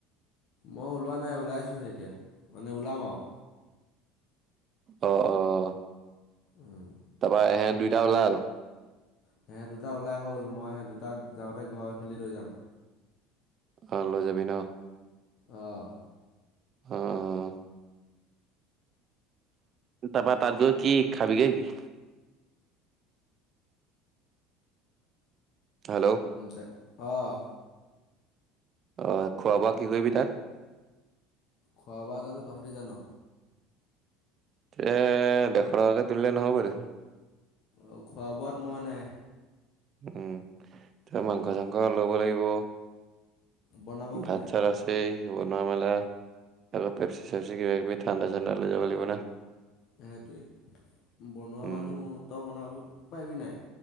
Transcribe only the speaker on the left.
মই ওলোৱা নাই ওলাইছোহে এতিয়া মানে ওলাম আৰু
উম,
সিহঁ দুতটা ওলাই হ'ল মই সেইঁ দুটাক যাওঁতে ঘৰ ফেলি লৈ যাম
আহ,
তে অ',
খোৱা বাজানো তহঁতি জান
অ', খোৱা বোৱাত মই নাই
উম,
বনাব কোনে
সেইটোৱেই বনোৱা
মানুহ তই বনাব পাৰিবি নাই